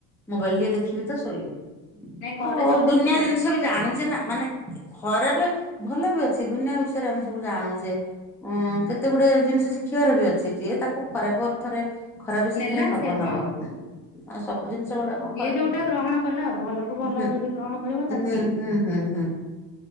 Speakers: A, in the centre; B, on the left.
A: ମୋବାଇଲ ଟିକେ ଦେଖିବି ତ ଶୋଇବି
B: ନାଇଁ ଘରେ
A: ଓ ହଉ
B: ଜଲ୍ଦି
A: ଦୁନିଆ
B: ଉଠୁଛନ୍ତି
A: ଜିନିଷ ବି ଜାଣୁଛେ ନା ମାନେ ଖରାପ ଭଲ ବି ଅଛି ଦୁନିଆ ବିଷୟରେ ଆମେ ସବୁ ଜାଣୁଛେ ହଁ କେ କେତେଗୁଡେ ଜିନିଷ ଶିଖିବାର ବି ଅଛି। ଯିଏ ତାକୁ ଖରାପ ଅର୍ଥରେ ଖରାପ ଶିକ୍ଷାରେ
B: ନେଲା
A: ନବ
B: ସେ
A: ନବ।
B: ହଁ
A: ଆଉ ସବୁ ଜିନିଷ ଗୁଡା କଣ
B: ଯିଏ
A: ଖରାପେ।
B: ଯୋଉଟା ଗ୍ରହଣ କଲା ଆଉ ଭଲକୁ ଭଲ
A: ହୁଁ
B: ଯଦି ଗ୍ରହଣ କରିବ ତାହେଲେ
A: ହୁଁ
B: ଠିକ।
A: ହୁଁ ହୁଁ ହୁଁ।